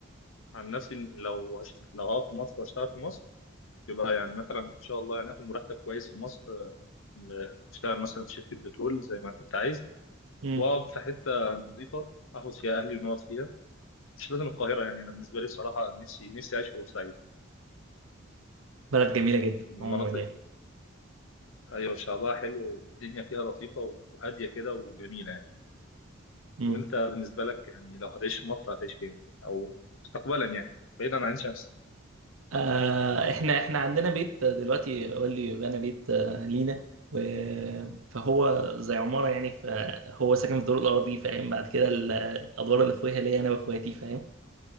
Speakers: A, on the left; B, on the right.
A: عن نفسي إن لو هشت... لو هقعد في مصر واشتغل في مصر يبقى يعني مثلا ان شاء الله يعني اخد مرتب كويس في مصر آه، م- اشتغل مثلا في شركه بترول زي ما كنت عايز
B: مم.
A: واقعد في حته نظيفه اخد فيها اهلي ونقعد فيها مش لازم القاهره يعني انا بالنسبه لي بصراحه نفسي نفسي اعيش في بورسعيد
B: بلد جميلة جدا
A: المناطق
B: عموما يعني
A: ايوه شعبها حلو والدنيا فيها لطيفه وهاديه كده وجميله يعني
B: مم.
A: وانت بالنسبه لك يعني لو هتعيش في مصر هتعيش فين او مستقبلا يعني بعيدا عن عين شمس
B: آه احنا احنا عندنا بيت دلوقتي قال لي انا بيت آه، لينا و... فهو زي عمارة يعني فهو ساكن في الدور الأرضي فاهم بعد كده ال- الأدوار اللي فوقها ليا أنا وإخواتي فاهم